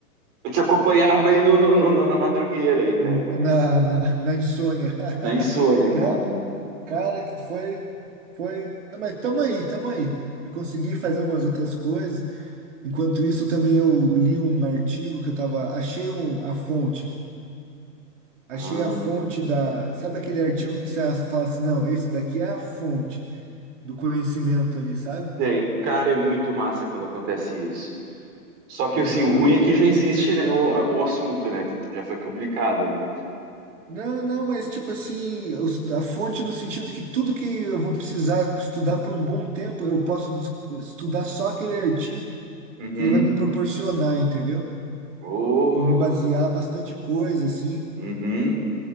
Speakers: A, on the right; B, on the right.
A: eu te acompanhava aí no, no- no- na madrugueira aí, cara,
B: Na,
A: mas
B: na, na insônia.
A: na insônia,
B: <laughs>
A: cara,
B: Não?
A: né?
B: Cara, que foi, foi, Ah, mas tamo aí, tamo aí. Eu consegui fazer umas outras coisas. Enquanto isso, também eu li um artigo que eu tava, achei o- a fonte, achei
A: Ah,
B: a fonte da, sabe aquele artigo que você fala assim, não, esse daqui é a fonte do conhecimento ali, sabe?
A: tem- cara, é muito massa quando acontece isso. Só que
B: Aham.
A: assim, o ruim é que já existe, né, o, o assunto, né? Já foi publicado, né?
B: Não, não, mas tipo assim, os- a fonte no sentido que tudo que eu vou precisar estudar por um bom tempo, eu posso des- estudar só aquele artigo
A: Uhum.
B: que ele vai me proporcionar, entendeu?
A: Oh,
B: para me basear bastante coisa, assim.
A: uhum.